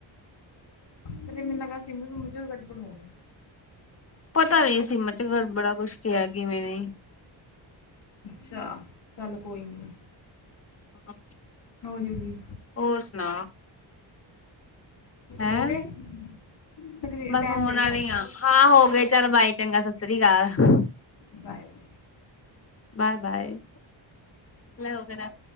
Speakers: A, on the left (about 55°); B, on the left (about 30°).
A: ਫੇਰ ਮੈਨੂੰ ਲੱਗਦਾ ਸਿੰਮੂ ਸਮੂ ਚ ਗੱਬੜ ਹੋਣੀ।
B: ਪਤਾ ਨੀ ਸਿਮ ਚ ਗੜਬੜ ਆ ਕੁਛ ਕਿਹਾ ਕਿਵੇੈਂ ਨੇ
A: ਅੱਛਾ ਚੱਲ ਕੋਈ ਨੀ।
B: ਹਾਂ।
A: ਹੋਜੂਗੀ।
B: ਹੋਰ ਸੁਣਾ ਹੈਂ
A: ਹੋ ਗਏ ਸਕਰੀ
B: ਬਸ
A: ਟਾਈਮ
B: ਹੋਣ
A: ਦੇਖ
B: ਵਾਲੀ
A: ਬਾਏ
B: ਆ ਹਾਂ ਹੋ ਗਏ ਚੱਲ ਬਾਈ ਚੰਗਾ ਸਤਿ ਸ੍ਰੀ ਅਕਾਲ। <unintelligible>
A: ਬਾਏ
B: ਬਾਏ ਬਾਏ ਲੈ ਵਗੈਰਾ